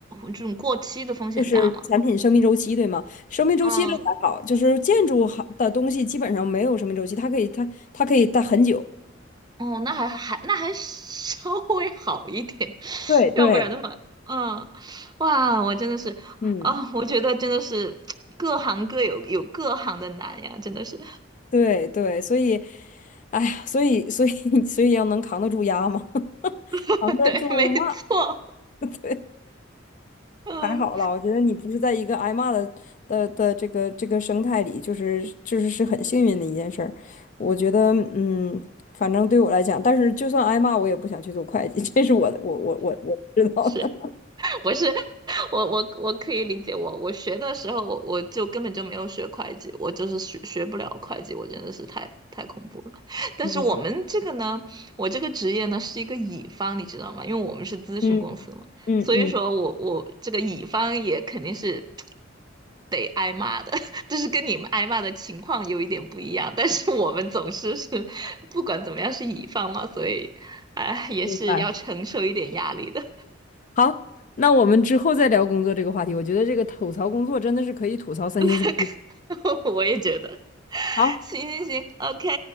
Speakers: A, on the right; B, on the left.
A: 这种过期的风险大吗？
B: 就是产品生命周期，对吗？生命周期都还好，
A: 嗯。
B: 就是建筑好的东西基本上没有生命周期，它可以它它可以待很久。
A: 哦，那还还那还 <laughs> 稍微好一点，<laughs>
B: 对对，
A: 要不然的话，嗯，哇，我真的是，
B: 嗯。
A: 啊、我觉得真的是各行各有有各行的难呀，真的是，
B: 对对，所以，哎呀，所以所以 <laughs> 所以要能扛得住压嘛，<laughs>
A: <laughs>
B: 扛得住骂，
A: 对，没错，
B: <laughs> 对，
A: 嗯。
B: 还好啦。我觉得你不是在一个挨骂的的的这个这个生态里，就是就是是很幸运的一件事儿。我觉得，嗯，反正对我来讲，但是就算挨骂，我也不想去做会计，<laughs> 这是我的，我我我我知道的。
A: 是。不是，我我我可以理解我，我学的时候我我就根本就没有学会计，我就是学学不了会计，我真的是太太恐怖了。<laughs> 但是我们这个呢，
B: 嗯，
A: 我这个职业呢是一个乙方，你知道吗？因为我们是咨询公司嘛，
B: 嗯嗯嗯，
A: 所以说我我这个乙方也肯定是得挨骂的，<laughs> 就是跟你们挨骂的情况有一点不一样，但是我们总是是不管怎么样是乙方嘛，所以哎也是要承受一点压力的。
B: 明白。好，那我们之后再聊工作这个话题。我觉得这个吐槽工作真的是可以吐槽三天三夜。
A: <laughs> <laughs> 我也觉得。
B: 好，
A: 行行行，OK，